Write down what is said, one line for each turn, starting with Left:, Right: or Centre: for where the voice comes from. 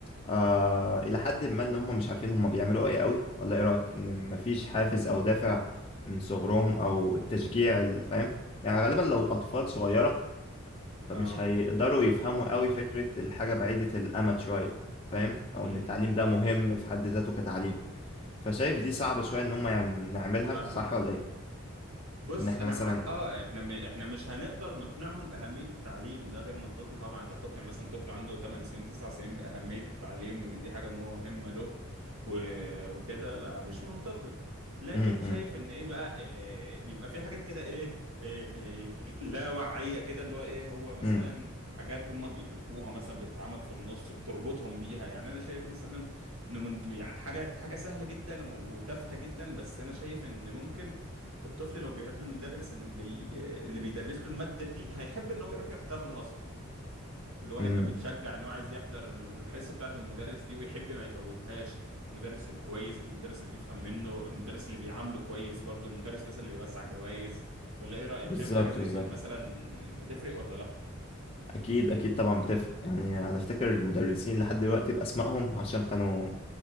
Left: آه إلى حد ما إن هم مش عارفين هم بيعملوا إيه قوي ولا إيه رأيك؟ إن مفيش حافز
Right: امم
Left: أو دافع من صغرهم أو التشجيع ال- فاهم؟ يعني غالبا لو أطفال صغيرة فمش
Right: اه
Left: هيقدروا يفهموا قوي فكرة الحاجة بعيدة الأمد شوية فاهم؟ أو
Right: امم
Left: إن التعليم ده مهم في حد ذاته كتعليم فشايف دي صعبة شوية إن هم يعم- نعملها
Right: فاهمك
Left: صح ولا إيه؟
Right: بص
Left: إن إحنا
Right: انا
Left: مثلا
Right: معاك اه احنا م... احنا مش هنقدر نقنعهم باهميه التعليم ده غير منطقي طبعا انت هتقنع مثلا طفل عنده 8 سنين 9 سنين باهميه التعليم وان دي حاجه مهمه له و... وكده آه، مش منطقي لكن
Left: م- م-
Right: شايف ان ايه بقى إيه يبقى في حاجات كده ايه, إيه, إيه لا وعيه كده اللي هو ايه هو مثلا
Left: م-
Right: حاجات هم بيحبوها مثلا بتتعمل في النص بتربطهم بيها يعني انا شايف مثلا ان من يعني حاجه حاجه سهله جدا وتافهه جدا بس انا شايف ان ممكن الطفل لو بيحب المدرس اللي بي... اللي بيدرس له المادة دي هيحب ان هو يروح يحضر له اصلا اللي هو
Left: م-
Right: هيبقى متشجع ان هو عايز يحضر الم- الحصة بتاعة المدرس دي ويحب ما يفوتهاش المدرس الكويس المدرس اللي بيفهم منه المدرس اللي بيعامله كويس برضو المدرس مثلا اللي بيوزع جوائز ولا ايه رأيك
Left: بالظبط
Right: شايف حاجة زي
Left: بالظبط
Right: كده مثلا بتفرق ولا لا
Left: اكيد اكيد طبعا بتفرق يعني انا افتكر المدرسين لحد دلوقتي باسمائهم عشان كانوا